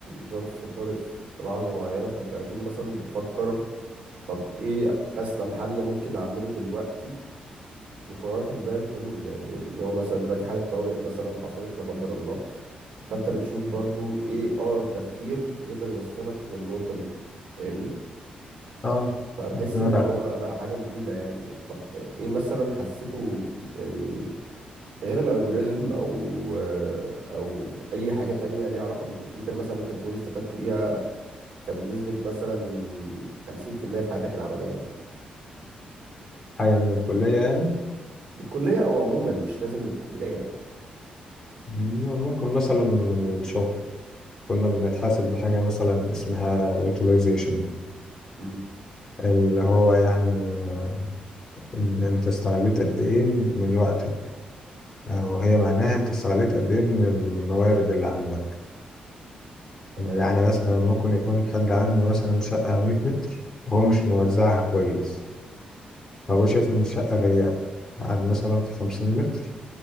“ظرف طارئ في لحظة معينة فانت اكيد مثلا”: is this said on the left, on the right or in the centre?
Right